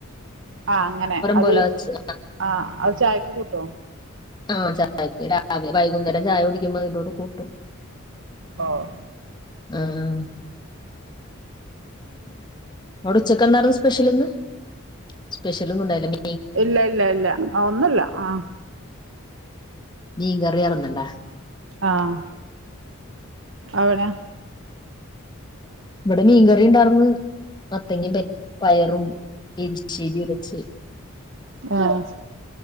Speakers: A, on the right; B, on the left.
A: ആഹ് അങ്ങനെ അത്
B: പോലെ വച്ച്
A: ആഹ് അത് ചായക്ക് കൂട്ടോ?
B: ആഹ് ചായക്ക് രാവിലെ വൈകുന്നേരം ചായ കുടിക്കുമ്പോ അതിന്റുടെ കൂട്ടും.
A: ഒഹ്
B: ആഹ് ആഹ് അവിടെ ഉച്ചക്കെന്താർന്നു സ്പെഷലിന്ന് സ്പെഷൽ ഒന്നുണ്ടായില മി
A: ഇല്ല ഇല്ല ഇല്ല ആഹ് ഒന്നല്ല ആഹ്
B: മീകറിയാറ്ന്ന്ലെ
A: ആഹ് അവിടെ?
B: ഇവടെ മീൻകറി ഇണ്ടാർന്ന് മത്തങ്ങിം പരി പയറും എരിശ്ശേരിയും വെച്ച്.
A: ആഹ് ആഹ്